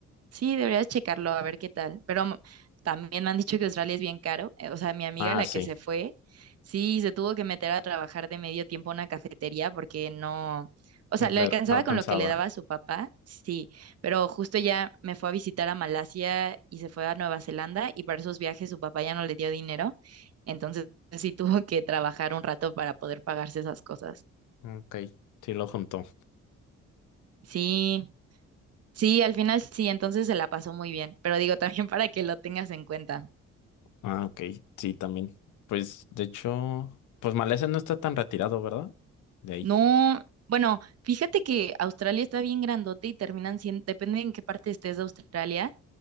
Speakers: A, on the right; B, on the left.
A: Sí, deberías checarlo a ver qué tal. Pero m- también me han dicho que Australia es bien caro. eh, O sea, mi amiga,
B: ah,
A: la
B: sí.
A: que se fue, sí, se tuvo que meter a trabajar de medio tiempo a una cafetería porque no, o
B: No,
A: sea, le
B: le-
A: alcanzaba
B: no alcanzaba.
A: con lo que le daba a su papá, sí, pero justo ya me fue a visitar a Malasia y se fue a Nueva Zelanda y para esos viajes su papá ya no le dio dinero. Entonces sí tuvo que trabajar un rato para poder pagarse esas cosas.
B: Ok, sí lo juntó.
A: Sí, sí, al final sí, entonces se la pasó muy bien. Pero digo, también para que lo tengas en cuenta.
B: Ah, ok, sí, también. Pues de hecho, pues Malese no está tan retirado, ¿verdad? De ahí.
A: No, bueno, fíjate que Australia está bien grandote y terminan siendo, depende en qué parte estés de Australia,